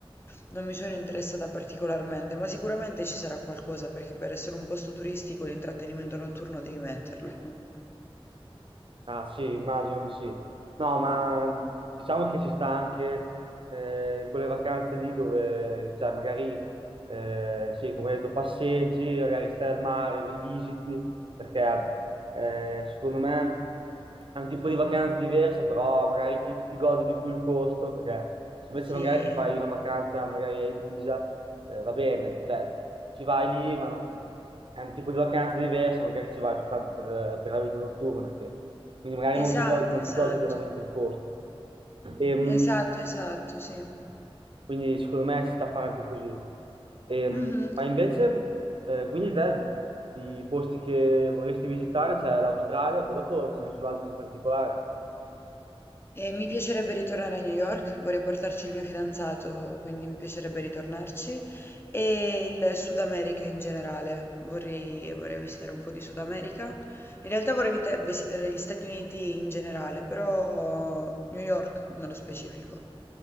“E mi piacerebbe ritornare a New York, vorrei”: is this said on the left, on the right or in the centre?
Left